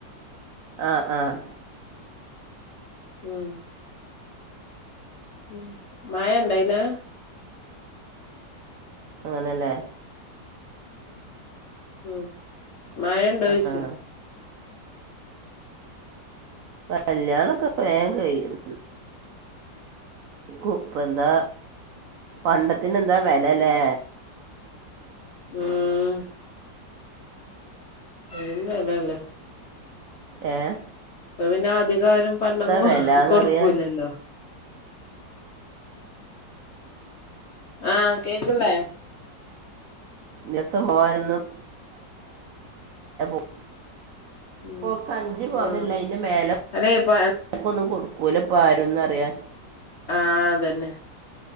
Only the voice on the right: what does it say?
ആഹ് ആഹ്
അങ്ങനെല്ലേ
ആ ആ. കല്യാണം ഒക്കെ വേം കയ്യും ക്കും എന്താ പണ്ടത്തിന് എന്താ വെല ലേ
ഏഹ്
വില എന്നറിയാ
ദിവസം പോവാനൊന്നും <unintelligible>
ഇപ്പോ ഒക്കെ അഞ്ചു പവനല്ലേ
അയ്ന്റെ മേലക്കു
ഒന്നും കൊടുക്കൂല പ്പോ ആരുംന്നറിയ